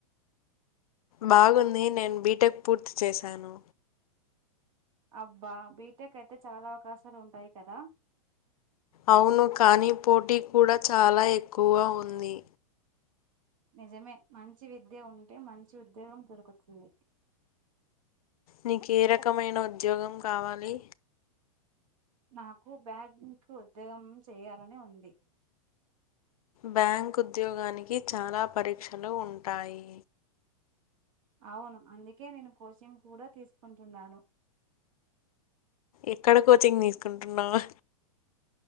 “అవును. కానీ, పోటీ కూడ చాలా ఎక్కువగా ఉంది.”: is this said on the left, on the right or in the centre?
Left